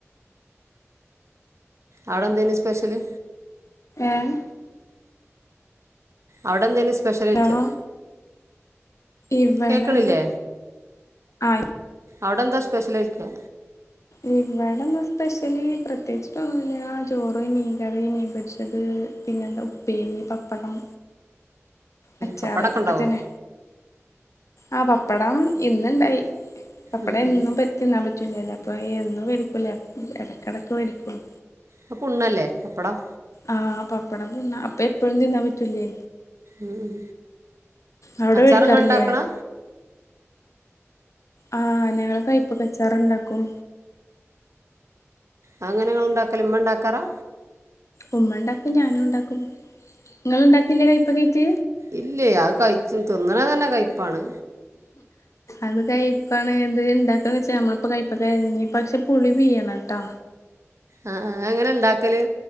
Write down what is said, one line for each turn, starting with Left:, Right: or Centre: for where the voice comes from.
Right: അവിടെന്തേനി സ്പെഷ്യല്
Left: ഏഹ്
Right: അവിടെന്തേലും സ്പെഷ്യല് വെച്ചോ
Left: ഹലോ ഇവിടെ
Right: കേക്കണില്ലേ
Left: ആ
Right: അവിടെന്താ സ്പെഷ്യല് ചോയിക്ക
Left: ഇവിടെന്ന് സ്പെഷ്യല് പ്രത്യേകിച്ചിട്ടൊന്നുല്ല ചോറ് മീൻകറി മീൻ പൊരിച്ചത് പിന്നെന്താ ഉപ്പേരി പപ്പടം അച്ചാറ്
Right: പപ്പടൊക്കെ
Left: ഇതൊക്കെ
Right: ഉണ്ടാവോ
Left: തന്നെ ആഹ് പപ്പടം ഇന്നൂണ്ടായി പപ്പടം
Right: ഉം
Left: എന്നും
Right: ഉം
Left: പറ്റു തിന്നാൻ പറ്റൂലല്ലോ അപ്പോൾ എന്നും വേടിക്കൂല എടക്കെടക്ക് വേടിക്കുള്ളൂ.
Right: അത് പുണ്ണല്ലേ പപ്പടം
Left: ആഹ് പപ്പടം പുണ്ണാ അപ്പൊ എപ്പഴും തിന്നാൻ പറ്റൂല്ലേ
Right: ഉം
Left: അവിടെ
Right: അച്ചാറിങ്ങള്
Left: വേടിക്കാറില്ലേ
Right: ഒണ്ടാക്കണെ
Left: ആഹ് ഞങ്ങൾ കൈപ്പക്കച്ചാറ് ഇണ്ടാക്കും.
Right: അതെങ്ങനെ നിങ്ങള് ഉണ്ടാക്കല് ഇമ്മ ഉണ്ടാക്കാറാ
Left: ഉമ്മ ഇണ്ടാക്കും ഞാനും ഉണ്ടാക്കും ങ്ങള്ണ്ടാക്കില്ലേ കൈപ്പക്കേറ്റ്.
Right: ഇല്ലയ് അത് കൈച്ചും തിന്നണതന്നെ കൈപ്പാണ്.
Left: അത് കൈപ്പാണ് ഇത് ഇണ്ടാക്ക്ന്ന് വച്ചാ നമ്മളിപ്പോ കൈപ്പക്ക അരിഞ്ഞ് പക്ഷെ പുളി പീയണംട്ടോ.
Right: അ ആഹ് അതെങ്ങനെ ഇണ്ടാക്കല്